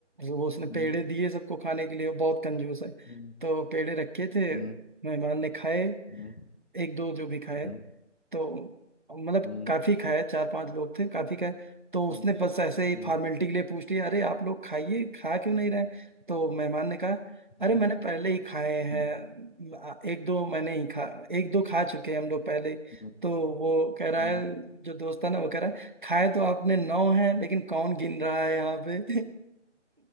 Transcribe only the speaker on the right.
वो उसने
पेड़े दिए सबको खाने के लिए वो बहुत कंजूस है
तो पेड़े रखे थे
मेहमान ने खाए
एक दो जो भी खाए
तो मतलब
काफी खाया चार पांच लोग थे काफी खाया तो
उसने बस ऐसे ही
फॉर्मेलिटी के लिए पूछ लिया अरे आप लोग खाइए खा क्यों
नहीं रहे तो मेहमान ने कहा अरे
मैंने पहले ही खाए हैं
आ, एक दो मैंने ही खा एक दो खा चुके हैं हम लोग पहले
तो वो कह रहा
है जो दोस्त था ना वो कह रहा है खाए तो आपने नौ हैं लेकिन कौन गिन रहा है यहाँ पे